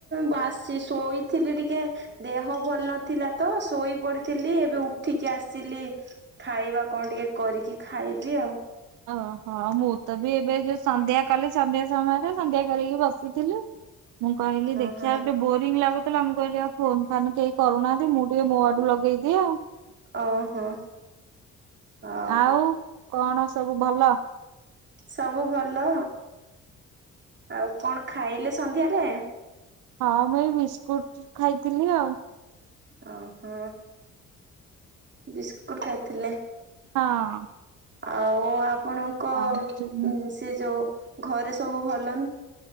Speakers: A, on the right; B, on the right.
A: ବାସି ଶୋଇଥିଲି ଟିକେ ଦେହ ଭଲ ନଥିଲା ତ ଶୋଇ ପଡିଥିଲି ଏବେ ଉଠିକି ଆସିଲି। ଖାଇବା କଣ ଟିକେ କରିକି ଖାଇବି ଆଉ।
B: ଓହୋ ମୁଁ ତ ବି ଏବେ ସନ୍ଧ୍ୟା କଲି ସନ୍ଧ୍ୟା ସମୟରେ ସନ୍ଧ୍ୟା କରିକି ବସିଥିଲି। ମୁଁ କହିଲି ଦେଖିଆ
A: ଓହୋ
B: ଗଟେ ବୋରିଙ୍ଗ ଲାଗୁଚି ହେଲା କହିଲି ଆ ଫୋନ ଫାନ୍ କେହି କରୁନାହାନ୍ତି ମୁଁ ଟିକେ ମୋ ଆଡୁ ଲଗେଇଦିଏ ଆଉ।
A: ଓହୋ। ହଉ
B: ଆଉ କଣ ସବୁ ଭଲ।
A: ସବୁ ଭଲ ଆଉ କଣ ଖାଇଲେ ସନ୍ଧ୍ୟାରେ।
B: ହଁ ମୁଁ ଏଇ ବିସ୍କୁଟ ଖାଇଥିଲି ଆଉ।
A: ଓ ହୋ। ବିସ୍କୁଟ ଖାଇଥିଲେ।
B: ହଁ।
A: ଆଉ ଆପଣଙ୍କ
B: ଆଉ ଯୋଉ
A: ସେ ଯୋଉ ଘରେ ସବୁ ଭଲ